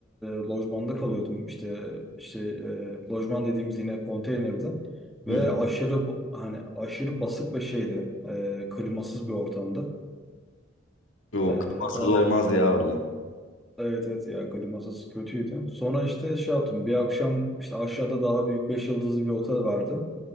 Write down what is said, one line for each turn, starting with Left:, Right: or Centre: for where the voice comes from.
Centre: e, lojmanda kalıyordum. İşte işte e, lojman dediğimiz yine konteynerdi. Ve
Left: Hı.
Centre: aşırı hani aşırı basık ve şeydi. E, klimasız bir ortamdı.
Left: Yok,
Centre: Ee,
Left: kafasız
Centre: o,
Left: olmaz ya orada.
Centre: evet evet ya klimasız kötüydü. Sonra işte şey yaptım. Bir akşam işte aşağıda daha büyük 5 yıldızlı bir otel vardı.